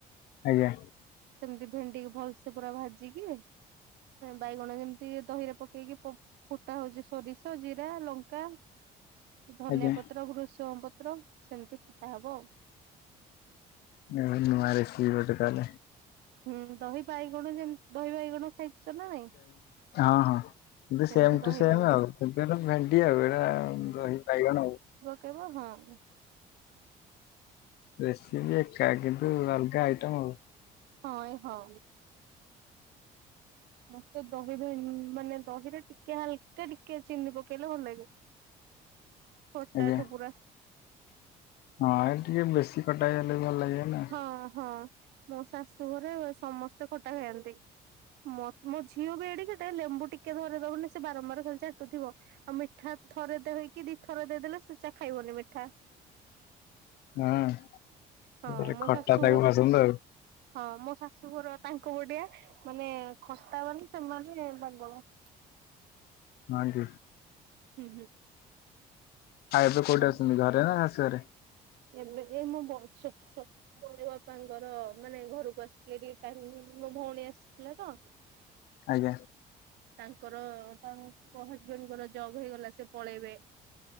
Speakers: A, on the left (about 70°); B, on the right (about 75°).
A: ଆଜ୍ଞା
B: ସେମିତି ଭେଣ୍ଡି କି ଭଲ୍ ସେ ପୁରା ଭାଜିକି ବାଇଗଣ ଯେମିତି ଦହିରେ ପକେଇକି ଫୁ ଫୁଟା ହଉଛି ସୋରିଷ, ଜିରା, ଲଙ୍କା ଧନିଆ
A: ଆଜ୍ଞା
B: ପତ୍ର, ଭୃସମ ପତ୍ର ସେମିତି ଫୁଟା ହବ ଆଉ
A: ଯାହା ହେଉ ନୂଆ ରେସିପି ଗୋଟେ ତାହଲେ
B: ହୁଁ, ଦହି ବାଇଗଣ ଯେମତି ଦହି ବାଇଗଣ ଖାଇଛ ନା ନାଇଁ?
A: ହଁ, ହଁ ଏତି
B: ସେମିତି
A: ସେମ ଟୁ
B: ଦହି
A: ସେମ
B: ଭେଣ୍ଡି
A: ଆଉ ଭେଣ୍ଡି ଆଉ ଏଇଟା ଦହି ବାଇଗଣ ଆଉ।
B: କେବ ହଁ <inaudible>
A: ରେସିପି ଏକା କିନ୍ତୁ ଅଲଗା ଆଇଟମ ଆଉ।
B: ହଁ ହଁ ମତେ ଦହିରେ ମାନେ ଦହିରେ ଟିକେ ହାଲକା ଟିକେ ଚିନି ପକେଇଲେ ଭଲ ଲାଗେ। ଖୋଟା
A: ଆଜ୍ଞା।
B: ଠୁ ପୁରା
A: ହଁ ଏ ଟିକେ ବେଶୀ କଟା ହେଲେ ବି ଭଲ ଲାଗେ ନା
B: ହଁ ହଁ ମୋ ଶାଶୁଘରେ ସମସ୍ତେ ଖଟା ଖଆନ୍ତି। ମୋ ଝିଅ ବି ଏଡ଼ିକିଟେ ଲେମ୍ବୁ ଟିକେ ଧରିଦବନି ସେ ବାରମ୍ବାର ଖାଲି ଚାଟୁଥିବ। ଆଉ ମିଠା ଥରେ ଦେଇ ହେଇକି ଦି ଥରେ ଦେଇଦେଲେ ସେଚା ଖାଇବନି ମିଠା।
A: ହଁ ମୁଁ
B: ହଁ
A: କହିଲି
B: ମୋ
A: ଖଟା
B: ଶାଶୁ
A: ଟାକୁ
B: ଘର
A: ଭାସନ୍ତୁ ଆଉ <inaudible>
B: ହଁ ମୋ ଶାଶୁଘର ତାଙ୍କୁ ପଟିଆ ମାନେ ଖଟା ମାନେ ସେମାନେ ପାଗଳ।
A: ହଁ ଅଣ୍ଟି।
B: ହୁଁ, ହୁଁ।
A: ଆଉ ଏବେ କୋଉଠି
B: ହଉ
A: ଅଛନ୍ତି, ଘରେ ନା ଶାଶୁ ଘରେ?
B: ଏବେ ଏ ମୁଁ ବଞ୍ଚିଛି। ପଢ଼ିବା ପାଇଁ ତାଙ୍କର ଭଉଣୀ ବାପାଙ୍କର ମାନେ ଘରକୁ ଆସିଥିଲେ କି ମୋ ଭଉଣୀ ଆସିଥିଲା ତ
A: ଆଜ୍ଞା।
B: ତାଙ୍କର ତାଙ୍କ ହଜବେଣ୍ଡଙ୍କର ଜବ୍ ହେଇଗଲା ସେ ପଳେଇବେ।